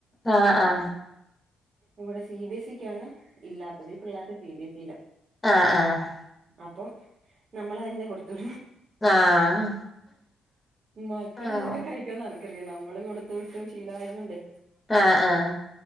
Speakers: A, on the left (about 20°); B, on the right (about 45°).
A: ആ ആ
B: ഇവിടെ സി ബി എസ് ഇിക്കാണ് ഇല്ലാത്തത്ഈ പിള്ളേരുടെ സി ബി എസ് ഇയില
A: ആഹ്
B: അപ്പം നമ്മൾ തന്നെ കൊടു
A: ആഹ് ആഹ്
B: മക്കൾ
A: ആഹ്
B: അതൊക്കെ കഴിക്കോന്നർക്കറിയ നമ്മള് കൊടു ത്ത്ഇട്ട് ശീല ആരുന്നുണ്ട്
A: ആ ആ